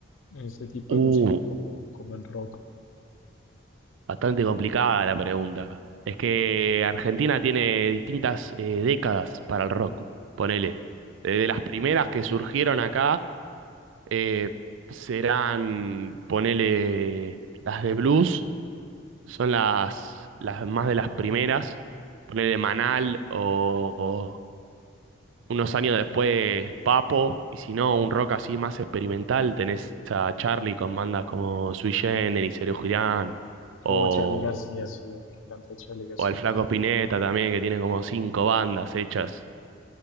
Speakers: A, on the left; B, on the right.
A: en este tipo
B: Uh,
A: de música, como, como en rock?
B: bastante complicada la pregunta. Es que Argentina tiene distintas eh, décadas para el rock, ponele. Desde las primeras que surgieron acá eh, serán, ponele, las de blues, son las, las más de las primeras, ponele Manal o, o unos años después Papo, y si no, un rock así más experimental, tenés a Charlie con bandas como Sui Generis, Serú Girán, o,
A: O Charly García, sí, me encanta Charly García
B: o el Flaco
A: también.
B: Spinetta también, que tiene como cinco bandas hechas.